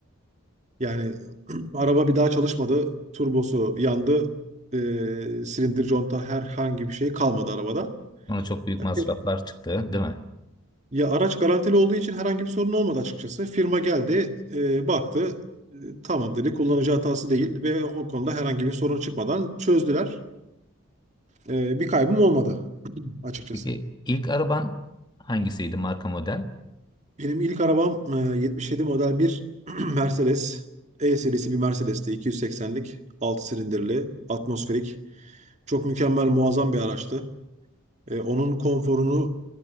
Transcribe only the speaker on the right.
Yani <clears throat> araba bir daha çalışmadı, turbosu yandı, e, silindir, conta herhangi bir şey kalmadı arabada.
Evet.
Ya araç garantili olduğu için herhangi bir sorun olmadı açıkçası. Firma geldi, e, baktı, e, tamam dedi, kullanıcı hatası değil ve o konuda herhangi bir sorun çıkmadan çözdüler. E, bir kaybım olmadı açıkçası.
Benim ilk arabam e, 77 model bir <clears throat> Mercedes. E serisi bir Mercedes'ti. 280'lik, 6 silindirli, atmosferik. Çok mükemmel, muazzam bir araçtı. E, onun konforunu,